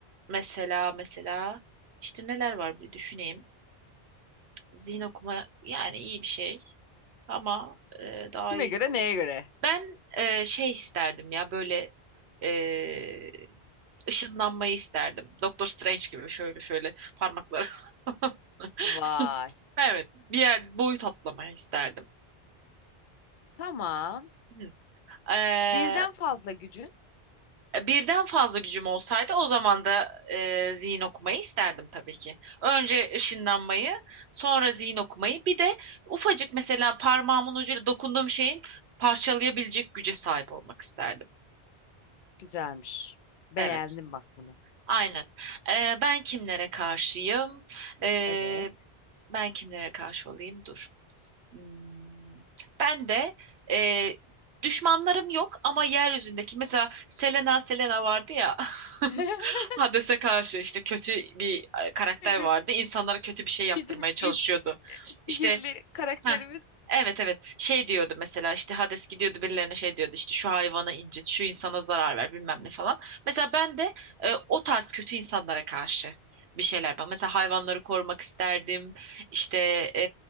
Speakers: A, on the right (about 75°); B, on the left (about 60°).
A: Mesela mesela işte neler var bir düşüneyim. Zihin okuma yani iyi bir şey ama e, daha
B: Kime
A: iyisi
B: göre,
A: olur.
B: neye göre?
A: Ben e, şey isterdim ya böyle e, ışınlanmayı isterdim. Doktor Strange gibi şöyle şöyle parmakları. <laughs>
B: Vay.
A: Evet, bir yer boyut atlamayı isterdim.
B: Tamam.
A: Hı. Ee,
B: Birden fazla gücün.
A: E, Birden fazla gücüm olsaydı o zaman da e, zihin okumayı isterdim tabii ki. Önce ışınlanmayı, sonra zihin okumayı, bir de ufacık mesela parmağımın ucuyla dokunduğum şeyin parçalayabilecek güce sahip olmak isterdim.
B: Güzelmiş. Beğendim
A: Evet,
B: bak bunu.
A: aynen. E, ben kimlere karşıyım? E,
B: Evet.
A: ben kimlere karşı olayım? Dur. Hmm, Ben de e, düşmanlarım yok ama yeryüzündeki mesela Selena Selena vardı ya. <laughs>
B: <laughs>
A: Hades'e karşı işte kötü bir e, karakter
B: Evet.
A: vardı. İnsanlara kötü bir şey yaptırmaya
B: Bizim
A: çalışıyordu.
B: ilk sihirli
A: İşte
B: karakterimiz
A: ha evet evet şey diyordu mesela işte Hades gidiyordu birilerine şey diyordu işte şu hayvanı incit, şu insana zarar ver bilmem ne falan. Mesela ben de e, o tarz kötü insanlara karşı bir şeyler bak. mesela hayvanları korumak isterdim. İşte e,